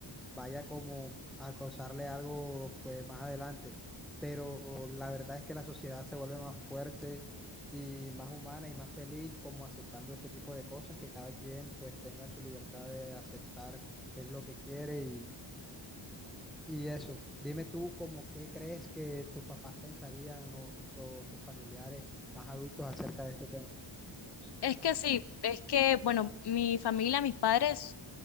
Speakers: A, in the centre; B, on the left.
A: vaya como a causarle algo pues más adelante. Pero la verdad es que la sociedad se vuelve más fuerte y más humana y más feliz como aceptando este tipo de cosas, que cada quien pues tenga su libertad de aceptar qué es lo que quiere y y eso, dime tú como qué crees que tus papás pensarían o, o tus familiares más adultos acerca de este tema.
B: Es que sí, es que, bueno, mi familia, mis padres